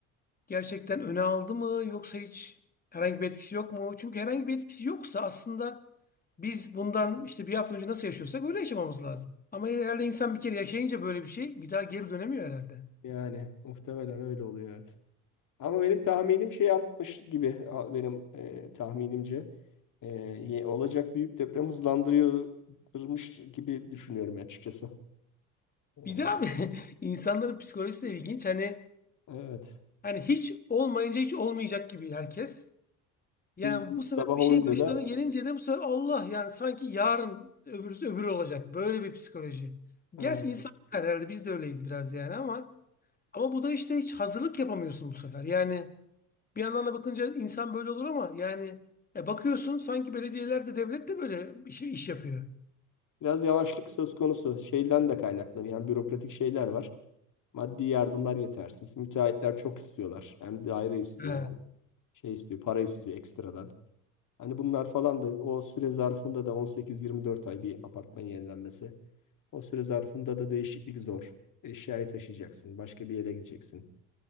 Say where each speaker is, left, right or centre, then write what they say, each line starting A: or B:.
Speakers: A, on the left (about 20°); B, on the left (about 45°).
A: gerçekten öne aldı mı yoksa hiç herhangi bir etkisi yok mu? Çünkü herhangi bir etkisi yoksa aslında biz bundan işte bir hafta önce nasıl yaşıyorsak öyle yaşamamız lazım. Ama herhalde insan bir kere yaşayınca böyle bir şey bir daha geri dönemiyor herhalde.
B: Yani muhtemelen öyle oluyor evet. Ama benim tahminim şey yapmış gibi a- benim e, tahminimce e, ye- olacak büyük deprem hızlandırıyormuş gibi düşünüyorum açıkçası. E,
A: Bir de abi <laughs> insanların psikolojisi de ilginç. Hani
B: evet.
A: Hani hiç olmayınca hiç olmayacak gibi herkes. Yani
B: Bir
A: bu
B: sabah
A: sefer bir
B: olunca
A: şey başlarına
B: da
A: gelince de bu sefer Allah yani sanki yarın öbürü öbürü olacak. Böyle bir psikoloji.
B: e,
A: Gerçi insan yani herhalde biz de öyleyiz biraz yani ama ama bu da işte hiç hazırlık yapamıyorsun bu sefer. Yani bir yandan da bakınca insan böyle olur ama yani e, bakıyorsun sanki belediyeler de devlet de böyle iş, iş yapıyor.
B: biraz yavaşlık söz konusu. Şeyden de kaynaklanıyor. Yani bürokratik şeyler var. Maddi yardımlar yetersiz. Müteahhitler çok istiyorlar. Hem daire istiyor,
A: He.
B: hem şey istiyor, para istiyor ekstradan. Hani bunlar falan da o süre zarfında da 18-24 ay bir apartman yenilenmesi. O süre zarfında da değişiklik zor. Eşyayı taşıyacaksın, başka bir yere gideceksin.